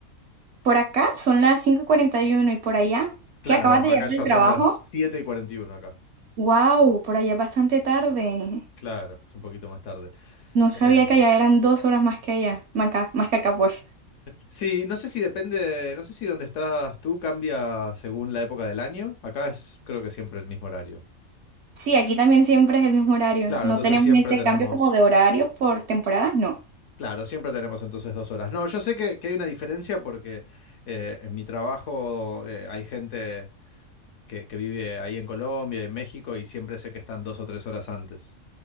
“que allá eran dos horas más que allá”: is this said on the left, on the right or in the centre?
Right